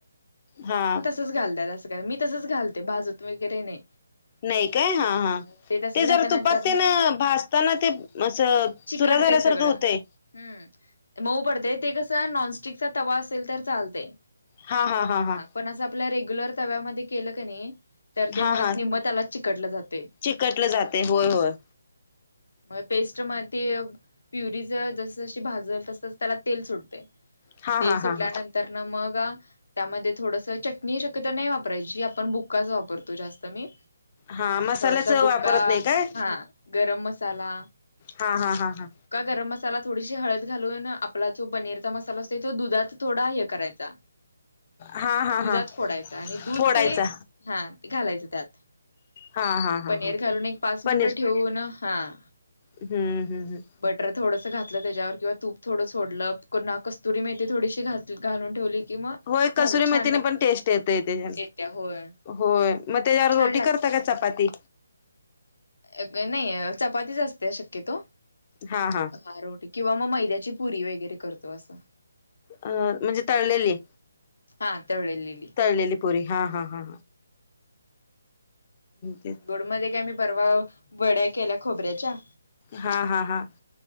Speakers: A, on the left; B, on the left.
A: हा.
B: तसच घालत्यात, असं का मी तसंच घालते बाजून वगैरे नाही.
A: नाही काय हा
B: हां
A: हा,
B: मग तसंच
A: ते
B: घातल्यानंतर
A: जर तुपात
B: ना
A: तेन भाजताना ते असं
B: चिकटतंय
A: चुरा झाल्यासारखं
B: सगळं.
A: होतय.
B: हम्म मऊ पडतय ते कसं नॉनस्टिकचा तवा असेल तर चालतय.
A: हा हा हा हा.
B: पण असं आपल्या रेग्युलर तव्यामध्ये केलं क कणी, तर
A: हा
B: ते मग
A: हा
B: निम्मं त्यालाच चिकटलं जातय.
A: चिकटलं जातय, होय होय.
B: मग पेस्ट म ते प्युरी ज जस जशी भाजल तस त्याला तेल सुटतय,
A: हा
B: तेल
A: हा
B: सुटल्यानं
A: हा हा
B: तर न मग त्यामध्ये थोडस चटणी शक्यतो नाही वापरायची, आपण बु- बुक्काच वापरतो जास्त मी.
A: हा मसाल्याच
B: थोडासा
A: वापरत
B: बुक्का,
A: नाही काय
B: हा गरम मसाला.
A: हा हा हा हा
B: का गरम मसाला थोडीशी हळद घालून आपला जो पनीरचा मसाला असतोय तो दुधात थोडा हे करायचा,
A: हा हा
B: दुधात
A: हा
B: फोडायचा आणि दूध
A: फोडायचा
B: ते हा घालायचं त्यात,
A: हा हा हा
B: पनीर
A: हा
B: घालून एक पाच
A: पनीर
B: मिनिटं ठेवून हां.
A: हम्म हम् हम.
B: बटर थोडस घातलं त्याच्यावर किंवा तूप थोडं सोडलं कुन्हा कस्तुरी मेथी थोडीशी घात घालून ठेवली. कि मग
A: होय
B: झालं
A: कस्तुरी
B: छान
A: मेथीने
B: लागते
A: पण टेस्ट येतय तेच्यानी.
B: येत्या होय
A: होय मग तेच्या <unintelligible> रोटी
B: छान लागते
A: करता काय चपाती?
B: <unintelligible> नाही चपातीच असते शक्यतो.
A: हा हा.
B: हा रोटी किंवा मग मैद्याची पुरी वगैरे करतो असं.
A: अ म्हणजे तळलेली.
B: हा तळलेली.
A: तळलेली पुरी हा हा हा, ते.
B: गोड मध्ये काय मी परवा, बड्या केल्या खोबऱ्याच्या.
A: हा हा हा,